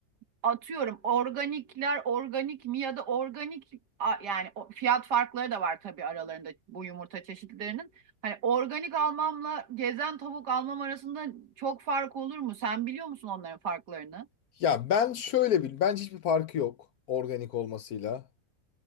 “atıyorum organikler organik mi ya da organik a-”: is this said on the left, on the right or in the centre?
Right